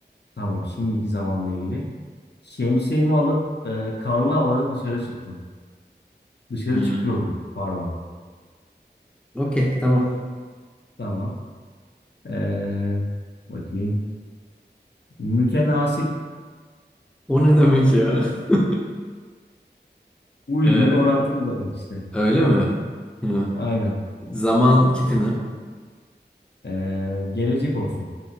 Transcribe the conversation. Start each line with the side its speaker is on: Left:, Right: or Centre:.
Left: Tamam şimdiki zamanla ilgili. Şemsiyemi alıp e, karlı havada dışarı çıktım. Dışarı
Centre: Hmm,
Left: çıkıyorum. Pardon.
Centre: okey tamam.
Left: Tamam. Ee, bakayım. Mütenasip.
Centre: O ne demek ya? <laughs>
Left: Uygun
Centre: Ee,
Left: orantılı demek işte.
Centre: öyle mi? Hı.
Left: Aynen.
Centre: Zaman kipini.
Left: Ee, gelecek olsun.